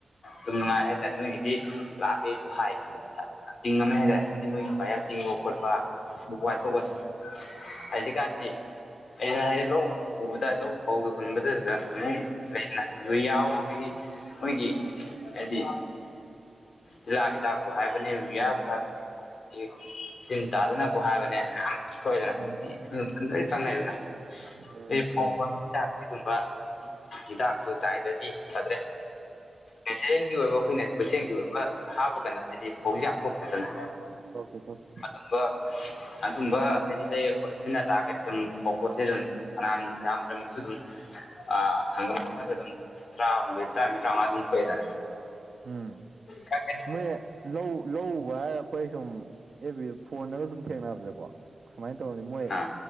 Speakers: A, on the left; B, on the right.
A: ꯗꯨꯝ ꯅꯨꯡꯉꯥꯏ ꯍꯥꯏꯇꯥꯔꯦ ꯅꯣꯏꯒꯤꯗꯤ ꯂꯥꯛꯄꯦꯁꯨ ꯍꯥꯏ ꯇꯤꯡꯉꯝꯃꯦ ꯍꯥꯏꯇꯥꯔꯦ ꯍꯥꯏꯗꯤ ꯃꯣꯏ ꯄꯥꯏꯔꯛ ꯇꯤꯡꯕ ꯈꯣꯠꯄ
B: ꯑꯁ
A: ꯋꯥꯊꯣꯛꯑꯁꯤ ꯍꯖꯤꯛꯀꯥꯟꯁꯤ ꯑꯩꯅ ꯍꯥꯏꯔꯦ ꯂꯧ ꯎꯕꯗ ꯑꯗꯨꯝ ꯐꯧꯗꯨ ꯍꯨꯟꯕꯗꯗ ꯑꯃꯨꯛ ꯂꯤꯟꯅ ꯑꯗꯨ ꯌꯥꯎ ꯍꯥꯏꯗꯤ ꯃꯣꯏꯒꯤ ꯍꯥꯏꯗꯤ ꯖꯤꯂꯥꯒꯤ ꯍꯤꯗꯥꯛꯄ ꯍꯥꯏꯕꯅꯦ ꯕꯤꯌꯥꯕꯨ ꯍꯥꯏꯕꯅꯦ ꯇꯤꯟ ꯇꯥꯗꯅꯕꯕꯨ ꯍꯥꯏꯕꯅꯦ ꯌꯥꯝ ꯊꯣꯛꯑꯦꯗꯅ ꯍꯧꯖꯤꯛꯇꯤ
B: ꯎꯝ
A: ꯂꯣꯏ ꯆꯪꯅꯩꯗꯅ
B: ꯎꯝ
A: ꯑꯩ ꯐꯥꯎ
B: ꯆꯥꯡ
A: ꯐ ꯍꯤꯗꯥꯛꯀꯤ ꯑꯗꯨꯒꯕ ꯍꯤꯗꯥꯛ ꯇꯨ ꯆꯥꯏꯗ꯭ꯔꯗꯤ ꯐꯗ꯭ꯔꯦ ꯀꯁꯔꯦꯟꯒꯤ ꯑꯣꯏꯕ ꯑꯩꯈꯣꯏꯅ ꯈꯨꯁꯦꯝꯒꯤ ꯑꯣꯏꯕ ꯍꯥꯞꯄꯒꯅ ꯍꯥꯏꯗꯤ ꯐꯧꯁ ꯌꯥꯝꯊꯣꯛꯇꯗꯅ
B: ꯊꯣꯛꯇꯦ ꯊꯣꯛꯦ
A: ꯑꯗꯨꯝꯕ ꯑꯗꯨꯝꯕ ꯍꯥꯏꯗꯤ ꯂꯩꯔ ꯈꯣꯠꯂ ꯁꯤꯖꯤꯟꯅ ꯇꯥꯔꯒꯗꯤ ꯑꯗꯨꯝ ꯍꯧꯕꯁꯦ ꯑꯗꯨꯝ ꯐꯅꯥꯝ ꯌꯥꯝꯗ꯭ꯔꯃꯛꯁꯨ ꯑꯗꯨꯝ ꯑꯥ ꯁꯪꯒꯝ ꯑꯃꯗ ꯑꯗꯨꯝ ꯇꯔꯥꯍꯨꯝꯗꯣꯏ ꯇꯔꯥꯃꯔꯤ ꯇꯔꯥꯎꯉꯥ ꯑꯗꯨꯝ ꯇꯣꯑꯦꯗꯥ
B: ꯎꯝ
A: ꯈꯪꯒꯅꯤ
B: ꯃꯣꯏ ꯂꯧ ꯂꯧ ꯎꯕ ꯍꯥꯏꯔ ꯑꯈꯣꯏ ꯁꯨꯝ ꯑꯦꯕ ꯕꯤꯗ ꯐꯣꯟꯗꯒ ꯁꯨꯝ ꯊꯦꯡꯅꯕꯗꯀꯣ ꯁꯨꯃꯥꯏꯅ ꯇꯧꯔꯕꯅꯤ ꯃꯣꯏ
A: ꯑꯥ